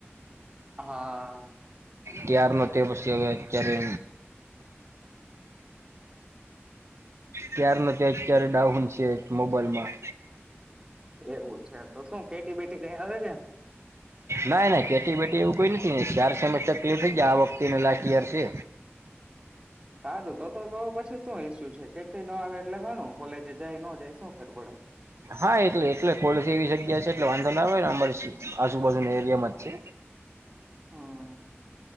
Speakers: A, on the right; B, on the right.
A: હા
B: ત્યાર નો તેર પછી આવ કેયા રે ક્યાર નથી તે અત્યારે ડાઉન છે મોબાઈલમાં
A: એવું છે તો શું ખટી બેટી કઈ આવે છે
B: ના ના કેટી બેટી એવું કોઈ નથી શાર સસ્ટર તકલીફ થઈ ગયા આ વખતે લાસ્ટ ઈયર છે
A: સારું તો તો તો પછી શું હ કેટલી ન આવે એટલે ઘણું કોલેજ જાય ન જયસ કરરબડા <inaudible>
B: હા એટલે એટલે કોલસી એવી જગ્યા છે એટલે વાંધો ના આવે ને અમારી આજુબાજુના એરિયામાં જ છે
A: હા